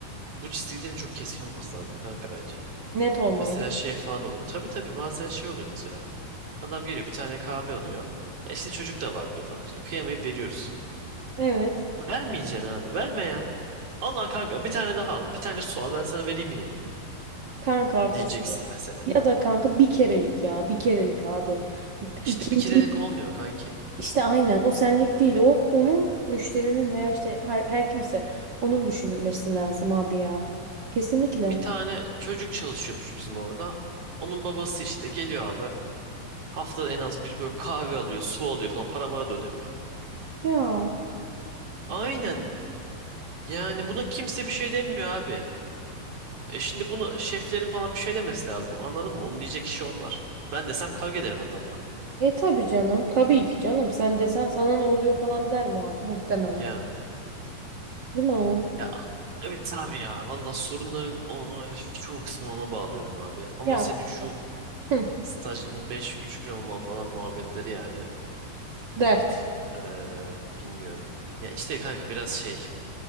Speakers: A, on the right; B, on the right.
A: bu çizgilerin çok keskin olması lazım kanka bence.
B: Net olmalı.
A: Mesela şey falan oluyor. Tabii tabii bazen şey oluyor mesela. Adam geliyor bir tane kahve alıyor. Ya işte çocuk da var diyor falan. Şimdi kıyamayıp veriyoruz.
B: Evet.
A: Vermeyeceksin abi verme ya. Allah kanka bir tane daha al. Bir tane su al ben sana vereyim yine yanında.
B: Kanka haklısın
A: Diyeceksin
B: ya.
A: mesela.
B: Ya da kanka bir kerelik ya. Bir kerelik abi.
A: İşte
B: İkinci
A: bir kerelik olmuyor kanki.
B: İşte aynen o senlik değil o onun müşterinin veya işte her, her kimse onun düşünülmesi lazım abi ya. Kesinlikle.
A: Bir tane çocuk çalışıyormuş bizim orada. Onun babası işte geliyor abi. Haftada en az bir böyle kahve alıyor, su alıyor falan. Para mara da ödemiyor.
B: Ya.
A: Aynen. Yani buna kimse bir şey demiyor abi. E şimdi bunu şeflerin falan bir şey demesi lazım. Anladın mı? Onu diyecek kişi onlar. Ben desem kavga ederim adamla.
B: E tabii canım. Tabii ki canım. Sen desen sana ne oluyor falan der muha- muhtemelen.
A: Yani.
B: Değil mi ama?
A: Ya evet abi ya. Valla sorunların o- çoğu kısmını ona bağlıyorum abi. Ama
B: Ya.
A: senin şu
B: Hı,
A: stajın beş üç gün olma falan muhabbetleri yani.
B: dert.
A: Ee, bilmiyorum. Ya işte kanka biraz şey